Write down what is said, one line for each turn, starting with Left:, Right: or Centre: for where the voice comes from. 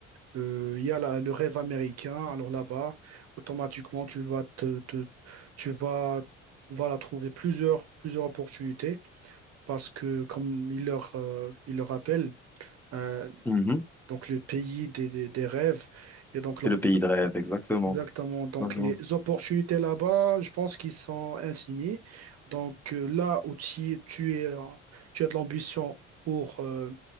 Right: euh, il y a la- le rêve américain. Alors là-bas, automatiquement, tu vas te, te- tu vas, voilà, trouver plusieurs, plusieurs opportunités parce que, comme il leur, euh, il leur rappelle, euh,
Centre: Mhm.
Right: donc le pays des, des, des rêves et donc l'op-
Centre: C'est le pays de rêve, exactement.
Right: Exactement. Donc,
Centre: Mhm.
Right: les opportunités là-bas, je pense qu'ils sont infinies. Donc, euh, là où tu, tu es, euh, tu as de l'ambition pour, euh,